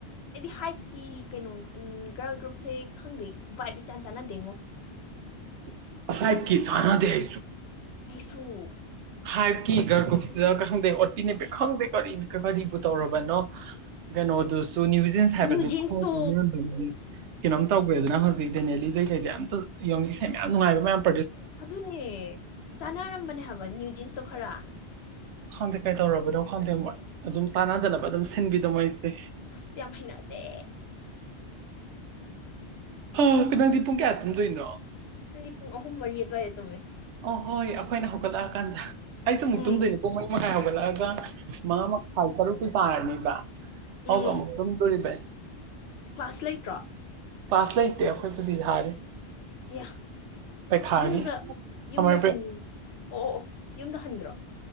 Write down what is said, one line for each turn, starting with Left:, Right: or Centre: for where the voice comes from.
Left: ꯑꯩꯗꯤ ꯍꯥꯏꯠꯀꯤ ꯀꯩꯅꯣꯒ ꯒ꯭ꯔꯨꯞꯁꯦ ꯈꯪꯗꯦ ꯚꯏꯞ ꯏꯆꯥꯟ ꯆꯥꯟꯅꯗꯦꯉꯣ
Right: <inaudible> ꯀꯤ ꯆꯥꯟꯅꯗꯦ ꯑꯩꯁꯨ
Left: ꯑꯩꯩꯁꯨ
Right: ꯍꯥꯏꯞꯀꯤ ꯒꫪꯒꯨꯞꯇꯗ ꯈꯪꯗꯦ ꯑꯣꯠꯄꯤ ꯅꯩꯕꯤ ꯈꯪꯗꯦ ꯀꯔꯤ ꯀꯔꯤꯕꯨ ꯇꯧꯔꯕꯅꯣ ꯀꯩꯅꯣꯗꯨꯁꯨ ꯅ‌ꯌꯨꯖꯦꯟꯁ ꯍꯥꯏꯕꯗꯨ
Left: ꯅ꯭ꯌꯨ ꯖꯤꯟꯁꯇꯣ
Right: <unintelligible> ꯀꯩꯅꯣꯝ ꯇꯧꯒ꯭ꯔꯦꯗꯅ ꯍꯧ ꯔꯤꯛꯗꯦꯅꯦꯂꯤꯗꯩ ꯀꯩꯗꯩ ꯑꯝꯇ ꯌꯦꯡꯅꯦ ꯏꯁꯩ ꯌꯥꯝ ꯅꯨꯉꯥꯏꯕ ꯃꯌꯥꯝ
Left: ꯑꯗꯨꯅꯦ ꯆꯥꯟꯅꯔꯝꯕꯅꯦ ꯍꯥꯏꯕ ꯅ꯭ꯌꯨ ꯖꯤꯟꯁꯇꯣ ꯈꯔ
Right: ꯈꯪꯗꯦ ꯀꯩꯗꯧꯔꯕꯅꯣ ꯈꯪꯗꯦ ꯃꯣꯏ ꯑꯗꯨꯝ ꯇꯥꯟꯅꯗꯅꯕ ꯑꯗꯨꯝ ꯁꯤꯟꯕꯤꯗꯣ ꯃꯣꯏꯁꯦ
Left: ꯑꯁ ꯌꯥꯝ ꯍꯩꯅꯗꯦ
Right: ꯎꯝ ꯑ ꯅꯪꯗꯤ ꯄꯨꯡ ꯀꯌꯥ ꯇꯨꯝꯗꯣꯏꯅꯣ
Left: ꯑꯩ ꯄꯨꯡ ꯑꯍꯨꯝ ꯃꯔꯤ ꯑꯗꯨꯋꯥꯏꯗ ꯇꯨꯝꯃꯦ
Right: ꯑꯣ ꯍꯣꯏ ꯑꯩꯈꯣꯏꯅ ꯍꯧꯒꯠꯂꯛꯑꯀꯥꯟꯗ ꯑꯩꯁꯨ ꯑꯃꯨꯛ
Left: ꯎꯝ
Right: ꯇꯨꯝꯗꯣꯏꯅꯤ ꯄꯨꯡ ꯃꯔꯤ ꯃꯈꯥꯏ ꯍꯧꯒꯠꯂꯛꯑꯒ ꯃꯉꯥ ꯃꯈꯥꯏ ꯇꯔꯨꯛꯇꯤ ꯇꯥꯔꯅꯤꯕ
Left: ꯎꯝ
Right: ꯑꯗꯨꯒ ꯑꯃꯨꯛ ꯇꯨꯝꯗꯣꯔꯤꯕ
Left: ꯀ꯭ꯂꯥꯁ ꯂꯩꯇ꯭ꯔꯣ
Right: ꯀ꯭ꯂꯥꯁ ꯂꯩꯥꯏꯇꯦ ꯑꯩꯈꯣꯏ ꯁꯨꯇꯤ ꯊꯥꯔꯤ
Left: ꯑꯌꯥ
Right: ꯄꯩꯈꯥꯒꯤ
Left: ꯌꯨꯝꯗ ꯌꯨꯝꯗ
Right: ꯁꯝꯃꯔ
Left: ꯍꯟ
Right: ꯕ꯭ꯔꯦꯛ
Left: ꯑꯣ ꯑꯣ ꯑꯣ ꯌꯨꯝꯗ ꯍꯟꯗ꯭ꯔꯣ